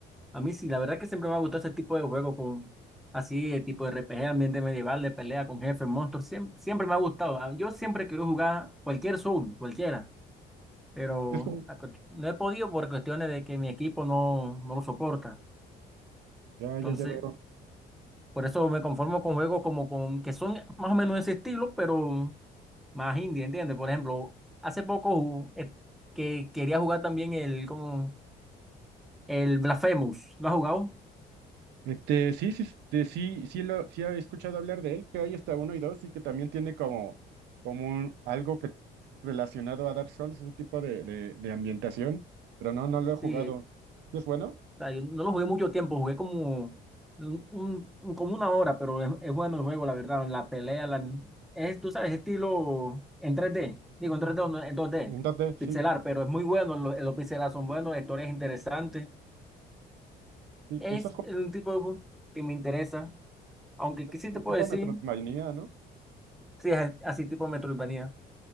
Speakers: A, in the centre; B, on the right.
A: a mí sí, la verdad es que siempre me ha gustado ese tipo de juego, con, así, el tipo de RPG, ambiente medieval, de pelea con jefes, monstruos, siempre, siempre me ha gustado. Ah, Yo siempre quiero jugar cualquier Soul, cualquiera, pero
B: Es como-
A: la cuest- no he podido por cuestiones de que mi equipo no, no lo soporta.
B: ya, ya,
A: Entonces,
B: ya veo.
A: por eso me conformo con juegos como con, que son más o menos de ese estilo, pero más indie, ¿entiendes? Por ejemplo, hace poco ju- eh, que quería jugar también el, como, el Blasphemous. ¿Lo has jugado?
B: Este, sí, sí, sí, sí, sí lo, sí he escuchado hablar de él, que hay hasta uno y dos, y que también tiene como, como un- algo que relacionado a Dark Souls, ese tipo de, de, de ambientación, pero no, no lo
A: Sí,
B: he jugado.
A: eh,
B: ¿Sí ¿Es bueno?
A: o sea, yo no lo jugué mucho tiempo, jugué como, un, un- como una hora, pero es, es bueno el juego, la verdad. La pelea, la, es, tú sabes, estilo en tres d Digo, en tres d o no, en dos d
B: Entonces,
A: pixelar,
B: sí,
A: pero es muy bueno, lo- los pixelar son buenos, la historia es interesante.
B: sí,
A: Es
B: eso es como,
A: un tipo de bus que me interesa, aunque ¿qué sí
B: como
A: te puedo
B: tipo
A: decir?
B: Metroidvania, ¿no?
A: Sí, es así tipo Metroidvania.